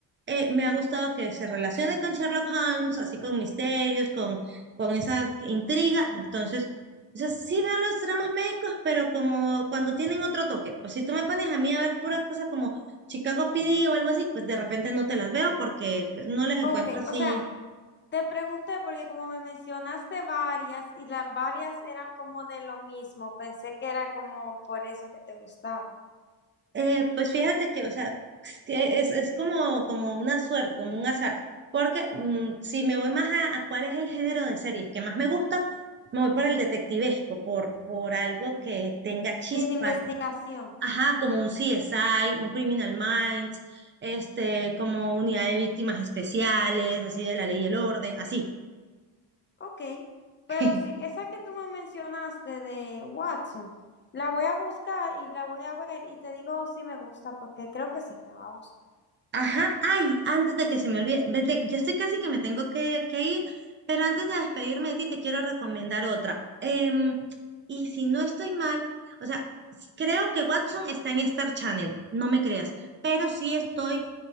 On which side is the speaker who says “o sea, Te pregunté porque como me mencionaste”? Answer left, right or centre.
Left